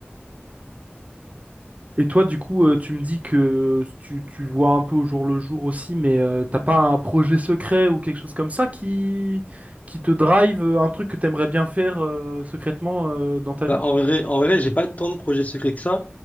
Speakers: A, on the right; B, on the left.
A: Et toi, du coup, euh, tu me dis que tu, tu vois un peu au jour le jour aussi, mais euh, t'as pas un projet secret ou quelque chose comme ça qui, qui te drive, euh, un truc que t'aimerais bien faire euh, secrètement euh, dans ta
B: Bah,
A: vie?
B: en vrai, en vrai, j'ai pas tant de projets secrets que ça.